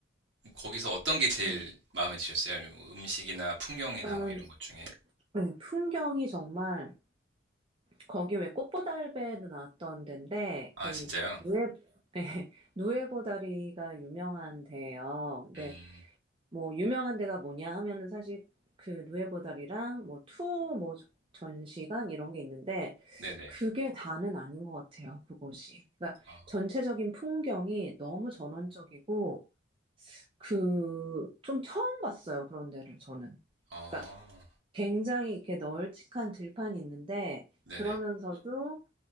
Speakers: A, on the right (about 65°); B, on the right (about 30°).
A: 거기서 어떤 게 제일
B: 음.
A: 마음에 드셨어요? 음식이나 풍경이나
B: 일단,
A: 뭐 이런 것 중에?
B: 네, 풍경이 정말, 거기 왜 꽃보다 할배도 나왔던 데인데,
A: 아,
B: 그,
A: 진짜요?
B: 누에, <laughs> 네, 누에보다리가 유명한 데예요.
A: 음,
B: 뭐 유명한 데가 뭐냐 하면은 사실 그 누에보달이랑 뭐 투 뭐 전시관 이런 게 있는데
A: 네네.
B: 그게 다는 아닌 것 같아요. 그곳이. 그러니까
A: 어,
B: 전체적인 풍경이 너무 전원적이고 그 좀 처음 봤어요. 그런 데를 저는.
A: 어,
B: 그러니까 굉장히 이렇게 널찍한 들판이 있는데
A: 네네.
B: 그러면서도